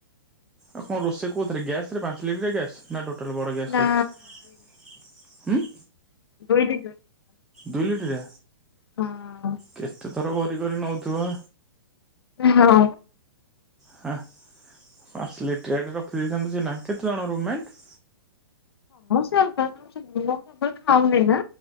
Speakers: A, in the centre; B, on the left.
A: ଆଉ କଣ ରୋଷେଇ କୋଉ ଥରେ ଗ୍ୟାସ୍ ପାଞ୍ଚ ଲିଟର ଗ୍ୟାସ୍ ନା ଟୋଟ ଟୋଟାଲ ବଡ଼ ଗ୍ୟାସ୍
B: ନା
A: ରଖିଛ।
B: ଦୋଇ ଦେଇ
A: ଦୁଇ ଲିଟର
B: ହଁ
A: କେତେ? ଥର ଭରି କରି ନେଉଥିବ।
B: ହଁ।
A: ହା ପାଞ୍ଚ ଲିଟରିଆଟା ରଖି ଦେଇଥାନ୍ତୁ ସି ନା କେତେଜଣ ରୁମେଣ୍ଟ
B: ସମେ କେବେ ଖାଉନି ନା